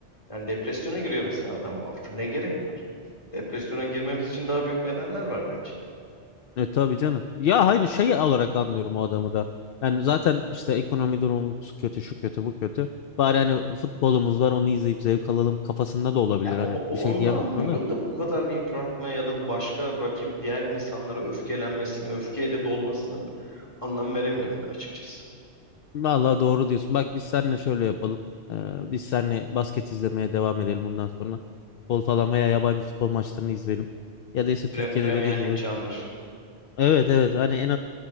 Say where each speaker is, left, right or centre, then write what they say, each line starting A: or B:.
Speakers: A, on the left; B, on the left.
A: Yani depresyona giriyor mesela adam o hafta. Ne gerek var? Depresyona girmemiz için daha büyük nedenler var bence.
B: E tabii canım. Ya hayır şey olarak anlıyorum o adamı da. Yani zaten işte ekonomi durumumuz kötü, şu kötü, bu kötü. Bari hani futbolumuz var onu izleyip zevk alalım kafasında da olabilir.
A: Ya o,
B: Hani
A: o-
B: bir şey
A: onu
B: diyemem
A: da anlıyorum
B: buna da.
A: da bu kadar yıpratma ya da başka rakibi diğer insanlara öfkelenmesine, öfkeyle dolmasına anlam veremiyorum ben açıkçası.
B: Vallahi doğru diyorsun. Bak biz seninle şöyle yapalım. Ee, biz seninle basket izlemeye devam edelim bundan sonra. Futbol falan veya yabancı futbol maçlarını izleyelim. Ya da ise Türkiye'de
A: Pre Premier
B: dediğin
A: Lig
B: gibi.
A: candır.
B: Evet evet hani en az